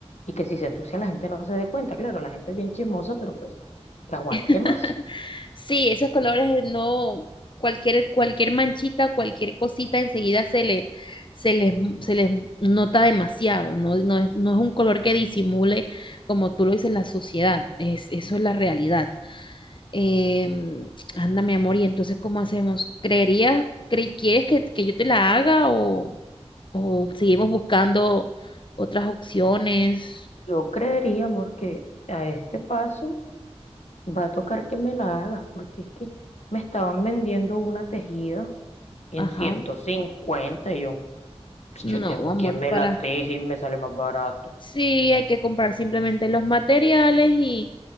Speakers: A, on the left; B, on the left.
A: y que si se ensucia la gente no se dé cuenta. Claro, la gente es bien chismosa, pero pues que aguante
B: <laughs>
A: más.
B: Sí, esos colores no, cualquier, cualquier manchita, cualquier cosita enseguida se le, se les, se les nota demasiado. No, no es, no es un color que disimule, como tú lo dices, la sociedad. Es, eso es la realidad. Em, anda, mi amor, y entonces, ¿cómo hacemos? ¿Creerías, cre- quieres que, que yo te la haga o, o seguimos buscando otras opciones?
A: Yo creería, amor, que a este paso va a tocar que me la hagas, porque es que me estaban vendiendo una tejida en
B: Ajá.
A: 150 y yo, pues,
B: No,
A: yo tengo
B: amor,
A: quien me
B: para.
A: la teje y me sale más barato.
B: Sí, hay que comprar simplemente los materiales y,